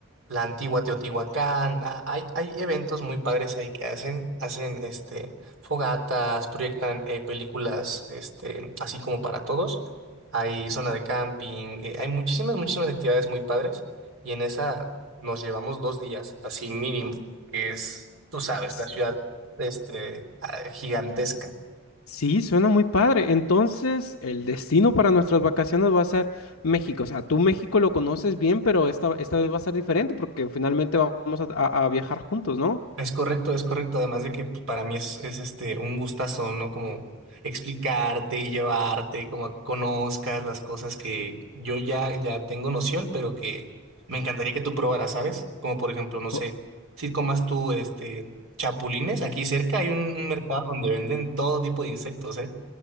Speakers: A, on the right (about 75°); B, on the left (about 90°).
A: la antigua Teotihuacán. Ah, hay, hay eventos muy padres ahí que hacen, hacen este, fogatas, proyectan eh, películas este, así como para todos. Hay zona de camping, eh, hay muchísimas, muchísimas actividades muy padres y en esa nos llevamos dos días, así mínimo, que es, tú sabes,
B: S-
A: la ciudad este, ah, gigantesca.
B: Sí, suena muy padre. Entonces, el destino para nuestras vacaciones va a ser México. O sea, tú México lo conoces bien, pero esta, esta vez va a ser diferente porque finalmente vamos a, a- a viajar juntos, ¿no?
A: Es correcto, es correcto. Además de que pues, para mí es, es este un gustazo, ¿no? Como explicarte y llevarte, como a que conozcas las cosas que yo ya, ya tengo noción, pero que me encantaría que tú probaras, ¿sabes? Como por ejemplo, no sé,
B: O-
A: si comas tú este chapulines, aquí cerca hay un, un mercado donde venden todo tipo de insectos, ¿eh?